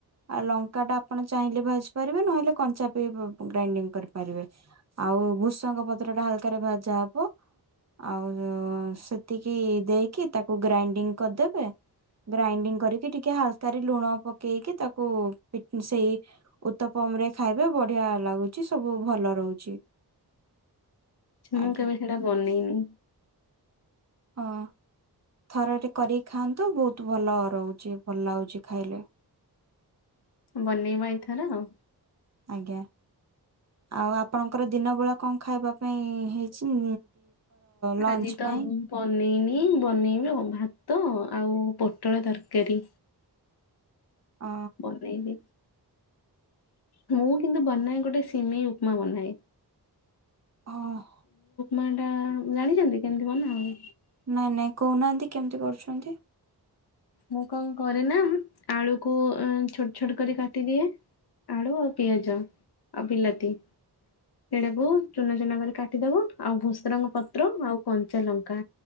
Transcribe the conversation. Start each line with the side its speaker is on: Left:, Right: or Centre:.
Right: ଆଉ ଲଙ୍କା ଟା ଆପଣ ଚାହିଁଲେ ଭାଜି ପାରିବେ ନହେଲେ କଞ୍ଚା ବି ଗ୍ରାଇଣ୍ଡିଙ୍ଗ କରିପାରିବେ ଆଉ ଭୁସଙ୍ଗ ପ ଟା ହାଲ ଭାଜା ହବ ଆଉ ସେତିକି ଦେଇକି ତାକୁ ଗ୍ରାଇଣ୍ଡିଙ୍ଗ୍ କରିଦେବେ ଗ୍ରାଇଣ୍ତିଙ୍ଗ୍ କରି ଟିକେ ହାଲ୍କା ରେ ଲୁଣ ପକେଇକି ତାକୁ ସେଇ ଉତ୍ତପମ ରେ ଖାଇବେ ବଢିଆ ଲାଗୁଛି ସବୁ ଭଲ ରହୁଛି।
Left: ମୁଁ
Right: ଆଜ୍ଞା।
Left: କେବେଳ ସେଟା ବନେଇନି।
Right: ହଁ ଥରେ ଟେ କରିକି ଖାଆନ୍ତୁ ବହୁତ ଭଲ ରହୁଛି ଭଲ ଲାଗୁଛି ଖାଇଲେ।
Left: ବନେଇବା ଏ ଥର ଆଉ।
Right: ଆଜ୍ଞା ଆଉ ଆପଣଙ୍କର ଦିନ ବେଳା କଣ ଖାଇବା ପାଇଁ ହେଇଛି। ଲଞ୍ଚ
Left: ଆଜି ତ
Right: ପାଇଁ?
Left: ବନେଇନି ହିଁ ବନେଇବି ଭାତ ଆଉ ପୋଟଳ ତରକାରୀ।
Right: ଅ
Left: ବନେଇବି ମୁଁ କିନ୍ତୁ ବନାଏ ଗୋଟେ ସିମେଇ ଉପମା ବନାଏ।
Right: ହଁ।
Left: ମାନ୍ ଟା ଜାଣିଛନ୍ତି କେମିତି ବନା ହୁଏ।
Right: ନାଇଁ ନାଇଁ କହୁନାହାନ୍ତି କେମିତି କରୁଛନ୍ତି।
Left: ମୁଁ କଣ କରେ ନା ଆଳୁକୁ ଛୋଟ ଛୋଟ କରି କାଟିଦିଏ ଆଳୁ ଆଉ ପିଆଜ ଆଉ ବିଲାତି। ସେଡ଼ାକୁ ଚୁନା ଚୁନା କରି କାଟିଦବ ଆଉ ଭସରଙ୍ଗ ପତ୍ର ଆଉ କଞ୍ଚା ଲଙ୍କା